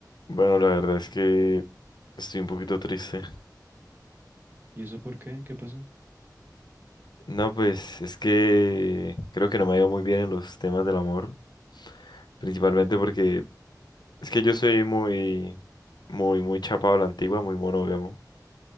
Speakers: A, on the left; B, on the right.
A: Bueno, la verdad es que estoy un poquito triste.
B: ¿Y eso por qué? ¿Qué pasó?
A: No, pues es que creo que no me ha ido muy bien en los temas del amor, principalmente porque es que yo soy muy, muy, muy chapado a la antigua, muy monógamo.